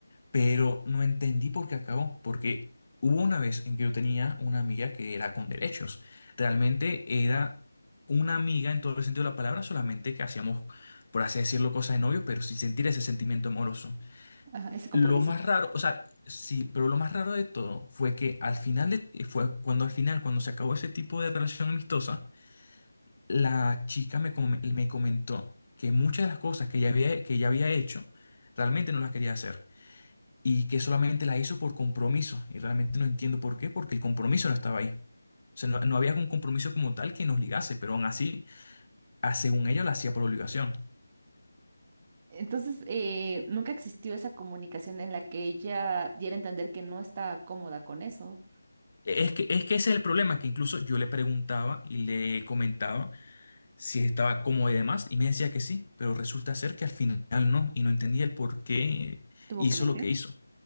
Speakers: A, on the left; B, on the right.
A: pero no entendí por qué acabó, porque hubo una vez en que yo tenía una amiga que era con derechos, realmente era una amiga en todo el sentido de la palabra, solamente que hacíamos, por así decirlo, cosas de novio, pero sin sentir ese sentimiento amoroso.
B: Ajá, ese compromiso.
A: Lo más raro, o sea, sí, pero lo más raro de todo fue que al final, de- eh, fue cuando al final, cuando se acabó ese tipo de relación amistosa, la chica me, com- me comentó que muchas de las cosas que ella había, que ella había hecho, realmente no las quería hacer y que solamente la hizo por compromiso. Y realmente no entiendo por qué, porque el compromiso no estaba ahí. O sea, no, no había un compromiso como tal que nos ligase, pero aún así, ah, según ella, lo hacía por obligación.
B: Entonces, eh, nunca existió esa comunicación en la que ella diera a entender que no está cómoda con eso.
A: E, Es que, es que ese es el problema, que incluso yo le preguntaba y le comentaba si estaba cómoda y demás, y me decía que sí, pero resulta ser que al final no, y no entendía el por qué
B: ¿Tuvo
A: hizo
B: que mentir?
A: lo que hizo.